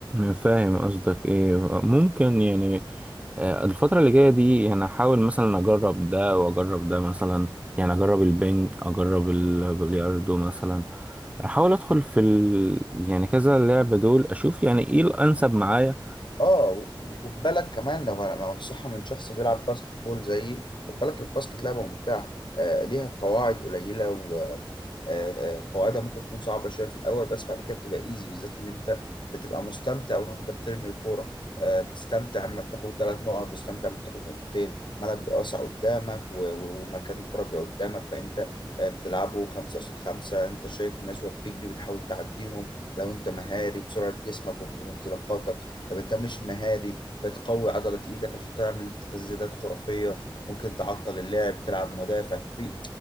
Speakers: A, on the right; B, on the left.
A: فاهم قصدك ايه ممكن يعني آه، الفترة اللي جاية دي يعني احاول مثلا اجرب ده واجرب ده مثلا يعني اجرب البنج اجرب البلياردو مثلا احاول ادخل في ال... يعني كذا لعبة دول اشوف يعني ايه الانسب معايا
B: اه خد بالك كمان لو لو نصيحة من شخص بيلعب باسكت بول زيي خد بالك الباسكت لعبة ممتعة آه ليها قواعد قليلة و آه، آه، آه، قواعدها ممكن تكون صعبة شوية في الأول بس بعد كده بتبقى ايزي بالذات اللي انت بتبقى مستمتع وانت بترمي الكورة آه، بتستمتع لما بتاخد ثلاث نقط بتستمتع لما بتاخد نقطتين الملعب بيبقى واسع قدامك و- و- ومكان الكرة بيبقى قدامك فانت آه، بتلعبه خمسة قصاد خمسة انت شايف الناس وهي بتجري بتحاول تعديهم لو انت مهاري بسرعة جسمك وانزلاقاتك طب انت مش مهاري بتقوي عضلة ايدك عشان تعمل تسديدات خرافية ممكن تعطل اللعب تلعب مدافع ففي